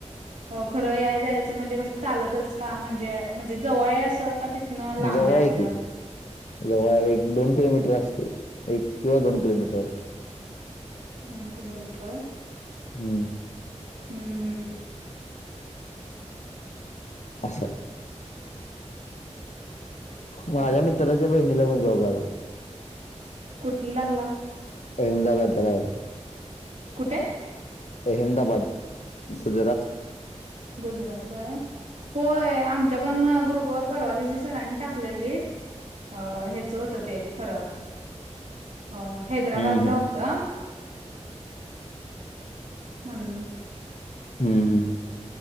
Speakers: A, on the right; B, on the left.
A: हो खरं या जायचं म्हणजे कसं चालतच का म्हणजे म्हणजे जवळ आहे असं. का तिथनं लांब
B: जवळ आहे
A: असं
B: की जवळ एक दोन किलोमीटर असते एक किंवा दोन किलोमीटर असल
A: दोन किलोमीटर.
B: हम्म
A: हम्म हम्म
B: असं माझ्या
A: बर
B: मित्राच्या
A: बर
B: बहिणीला पण जॉब लागला.
A: कुठला लागला?
B: अहमदाबाद लागलाय.
A: कुठे?
B: अहमदाबाद गुजरात.
A: गुजरातलाय होय, होय आमच्या पण ग्रुपवरर परवा दिवशी सरांनी टाकलेली अ ह्याच होत ते खरं अ, हैदराबादला
B: हम्म हम्म
A: होतं हम
B: हम् हम्